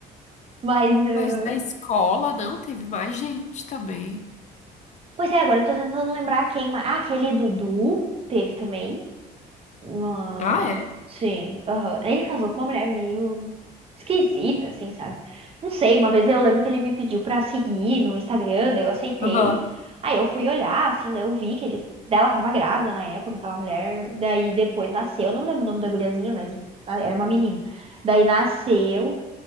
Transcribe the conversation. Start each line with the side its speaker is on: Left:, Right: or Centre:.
Right: Mas. ah,
Left: Mas da escola, não, teve mais gente também.
Right: Pois é, agora eu tô tentando lembrar quem. ma- Ah, aquele Dudu teve também. Uma...
Left: Ah, é?
Right: Sim, aham. Ele casou com uma mulher meio esquisita, assim, sabe? Não sei, uma vez eu lembro que ele me pediu pra seguir no Instagram, daí eu aceitei.
Left: Aham.
Right: Aí eu fui olhar, assim, daí eu vi que ele... dela tava grávida na época, aquela mulher. Daí depois nasceu, eu não lembro o nome da guriazinha, mas ah, era uma menina. Daí nasceu,